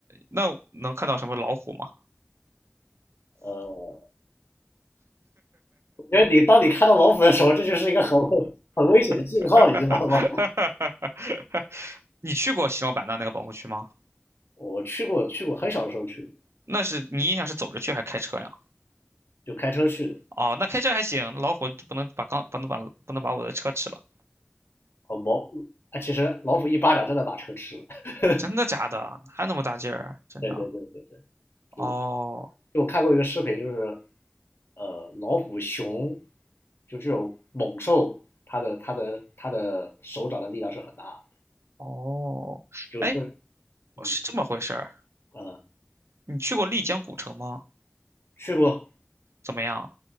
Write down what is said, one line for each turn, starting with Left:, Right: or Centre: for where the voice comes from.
Right: 那能看到什么老虎吗？
Left: 呃。因为你当你看到老虎的时候，这就是一个很很危险的信号，
Right: <laughs>
Left: 你知道吗？<laughs>
Right: 你去过西双版纳那个保护区吗？
Left: 我去过，去过，很小的时候去过，
Right: 那是你印象是走着去还是开车呀？
Left: 就开车去的。
Right: 哦，那开车还行，老虎不能把刚不能把不能把我的车吃了，
Left: 哦，毛，啊，其实老虎一巴掌真的把车吃了。<laughs>
Right: 真的假的？哪有那么大劲儿啊？
Left: 对对对对
Right: 真的？
Left: 对对对对就
Right: 哦
Left: 就我看过一个视频，就是呃，老虎、熊，就这种猛兽，它的它的它的手掌的力量是很大的。
Right: 哦，
Left: 就是
Right: 哎，
Left: 嗯
Right: 是这么回事儿。
Left: 呃，
Right: 你去过丽江古城吗？
Left: 去过
Right: 怎么样？